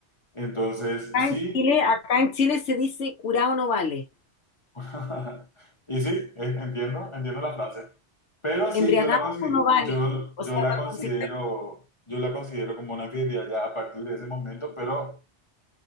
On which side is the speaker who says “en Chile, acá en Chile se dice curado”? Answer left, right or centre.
Left